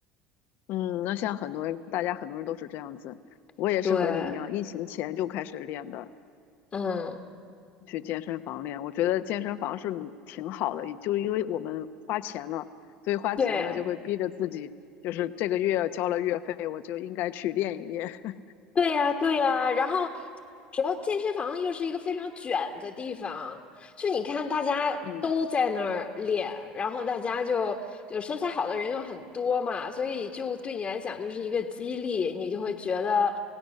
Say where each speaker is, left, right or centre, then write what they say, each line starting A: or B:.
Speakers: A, on the left (about 60°); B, on the left (about 35°).
A: 嗯，那像很多人，大家很多人都是这样子，我也是和你一样，
B: <laughs> 对，
A: 疫情前就开始练的，
B: 嗯，
A: 去健身房练。我觉得健身房是挺好的，就因为我们花钱了，所以花钱了就会逼着自己，
B: 对，
A: 就是这个月交了月费，我就应该去练一练。<laughs>
B: 对呀，对呀，然后主要健身房又是一个非常卷的地方，就你看大家都在那儿练，
A: 嗯，
B: 然后大家就就身材好的人又很多嘛，所以就对你来讲就是一个激励，你就会觉得，